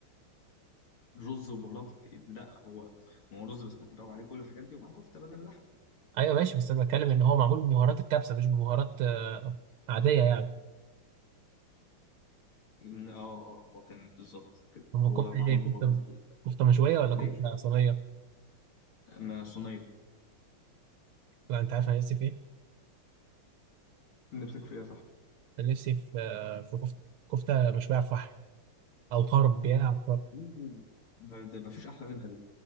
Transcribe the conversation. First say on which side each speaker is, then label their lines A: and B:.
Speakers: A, on the left; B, on the right.
A: رز وبهارات لا هو ما هو رز بسمتي بقى وعليه كل الحاجات دي ومعاه كفته بدل اللحمه
B: ايوه ماشي بس انا بتكلم ان هو معمول ببهارات الكبسه مش ببهارات آه، عاديه يعني
A: إن- اه اه هو كان بالظبط كده
B: هم
A: هو
B: كفته
A: معمول
B: ايه كفته
A: ببهارات ال...
B: كفته مشويه ولا
A: ليه؟
B: كفته صينيه
A: ما صينيه
B: لا انت عارف انا نفسي في ايه
A: نفسك في ايه يا صاحبي
B: انا نفسي في آه، في كفته كفته مشويه على الفحم او طرب يا عم طرب
A: أوه. ما ده- ما فيش احلى منها دي